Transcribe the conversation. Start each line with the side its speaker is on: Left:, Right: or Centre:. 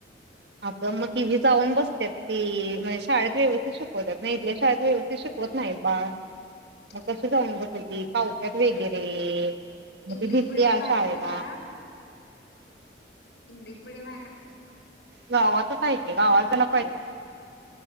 Right: आग मग तिही जाऊन बसत्यात ती, शाळेत व्यवस्थित शिकवत्यात नाई, इथल्या शाळेत व्यवस्थित शिकव वत नाहीत बाळ.
Left: <inaudible>
Right: मग कसे जाऊन बसल ती? कावत्यात वगैरे मग
Left: इंग्लिश
Right: ती भीती
Left: मिडियम
Right: या
Left: नाही
Right: शाळेला
Left: तिथं शाळा इंग्लिश मिडयम.
Right: गावातच हाय की, गावाय
Left: हा
Right: कशाला पाहिेजे.